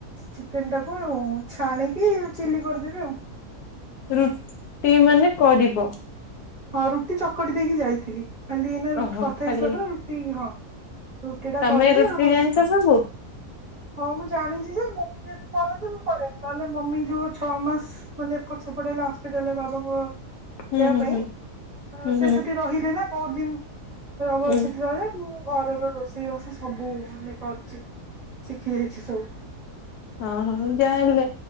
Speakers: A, on the right; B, on the left.
A: ଚିକେନ ଟାକୁ ଛାଣିକି ଚିଲ୍ଲୀ କରିଦେବି ଆଉ।
B: ରୁଟି ମାନେ କରିବ।
A: ହଁ ରୁଟି ଚକଟି ଦେଇକି ଯାଇଥିଲି ଖାଲି ଏଇନା ରୁଟ
B: ଓହୋ
A: କଥା
B: ଖାଲି
A: ହେଇସାରିଲା ପରେ ରୁଟି ହଁ ରୁଟି ଟା
B: ତମେ
A: କରିବି
B: ରୋଷେଇ
A: ଆଉ
B: ଜାଣିଛ
A: ହଁ।
B: ସବୁ
A: ହଁ ମୁଁ ଜାଣିଛି ଯେ ମମି ଯେହେତୁ କରନ୍ତି ମୁଁ କରେନି ନହେଲେ ମମି ଯୋଉ ଛଅ ମାସ ମାନେ ଏପଟ ସେପଟ ହେଲା ହସ୍ପିଟାଲ ରେ ବାବାଙ୍କ
B: ହୁଁ,
A: ଦେହ
B: ହୁଁ,
A: ପାଇଁ
B: ହୁଁ। ହୁଁ
A: ସେ
B: ହୁଁ
A: ସେଠି ରହିଲେ ନା ବହୁତ ଦିନ ହବ
B: ହୁଁ
A: ସେଠି ରହିଲେ। ମୁଁ ଘରର ରୋଷେଇବାସ ସବୁ ମାନେ କରିଛି ଶିଖି ଯାଇଛି ସବୁ।
B: ହଁ ହଁ ଯାହାହଲେ